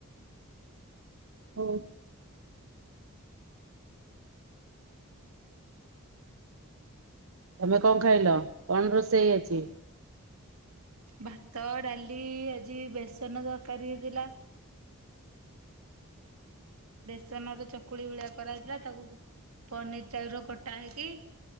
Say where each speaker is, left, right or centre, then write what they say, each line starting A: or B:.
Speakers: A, on the right; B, on the right.
A: ହଉ। ତମେ କଣ ଖାଇଲ କଣ ରୋଷେଇ ହେଇଛି।
B: ଭାତ ଡାଲି ଆଜି ବେସନ ତରକାରୀ ହେଇଥିଲା। ବେସନରେ ଚକୁଳି ଭଳିଆ କରାହେଇଥିଲା ତାକୁ ପନିର ଷ୍ଟାଇଲ ର କଟା ହେଇକି